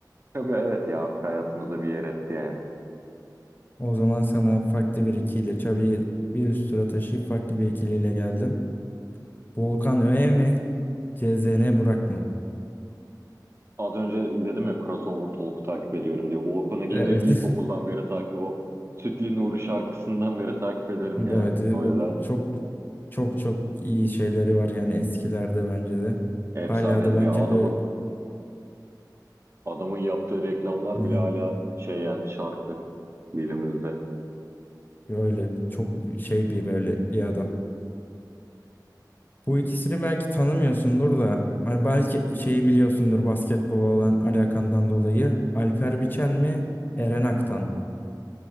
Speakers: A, on the right; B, on the left.
A: Chubby evet ya artık hayatımızda bir yer etti yani.
B: O zaman sana farklı bir ikiyle Çabi'yi bir üst tura taşıyıp farklı bir ikiliyle geldim. Volkan Öğe mi? CZN Burak mı?
A: Az önce dedim ya Crossover Talk'u takip ediyorum diye. Volkan Ege'yi
B: Evet.
A: de ilkokuldan
B: <laughs>
A: beri takip O Sütlü Nuri şarkısından beri takip ederim
B: Evet,
A: yani.
B: e,
A: O
B: o
A: yüzden
B: çok çok çok iyi şeyleri var yani eskilerde bence de.
A: efsanedir
B: Hala da bence
A: ya. Adamın
B: böyle
A: Adamın yaptığı reklamlar
B: Hı
A: bile
B: hı.
A: hala şey yani şarkı dilimizde.
B: öyle çok şey bir böyle bir adam. Bu ikisini belki tanımıyorsundur da hani belki şeyi biliyorsundur basketbola olan alakandan dolayı. Alper Biçen mi, Eren Aktan mı?